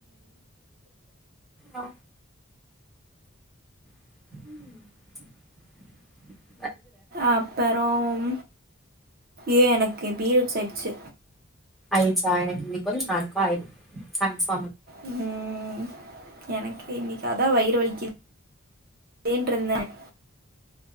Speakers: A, in the centre; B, on the right.
A: ஆ உம்
B: அப்பறம் ஏன் எனக்கு <unintelligible> ட்சு
A: ஐன்சா என்க் இன்க் <unintelligible>
B: உம் எனக்கே இன்னைக்கு அதான் வய்ர் வைதலிக்து நீன்டுருந்தென்